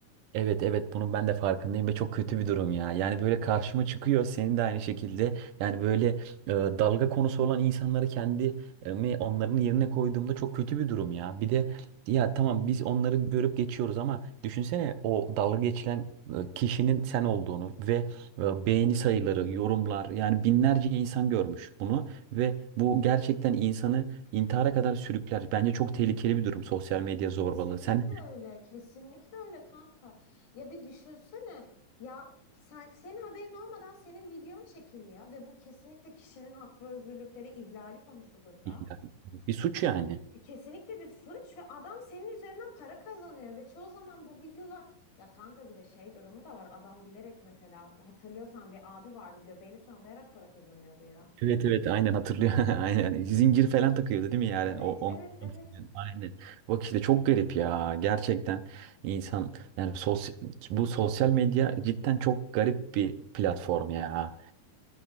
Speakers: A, on the right; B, on the left.
A: Evet evet bunun ben de farkındayım ve çok kötü bir durum ya. Yani böyle karşıma çıkıyor senin de aynı şekilde. Yani böyle e, dalga konusu olan insanları kendimi onların yerine koyduğumda çok kötü bir durum ya. Bir de ya tamam biz onları görüp geçiyoruz ama düşünsene o dalga geçilen e, kişinin sen olduğunu ve e, beğeni sayıları, yorumlar yani binlerce insan görmüş bunu ve bu gerçekten insanı intihara kadar sürükler. Bence çok tehlikeli bir durum sosyal medya zorbalığı.
B: Kesinlikle
A: Sen
B: öyle,
A: ne
B: kesinlikle öyle kanka. Ya bir düşünsene ya sen senin haberin olmadan senin videon çekiliyor ve bu kesinlikle kişinin hak ve özgürlükleri ihlali konusudur da.
A: düşünüyorsun? bir suç yani.
B: E, Kesinlikle bir suç ve adam senin üzerinden para kazanıyor ve çoğu zaman bu videolar ya kanka bir de şey durumu da var adam bilerek mesela hatırlıyorsan bir abi vardı göbeğini sallayarak para kazanıyordu ya.
A: Evet evet aynen hatırlıyor. <laughs> Aynen. Zincir falan takıyordu değil mi yani?
B: Evet,
A: O on
B: evet, evet.
A: aynen. Bak işte çok garip ya. Gerçekten insan yani sosyal, bu sosyal medya cidden çok garip bir platform ya.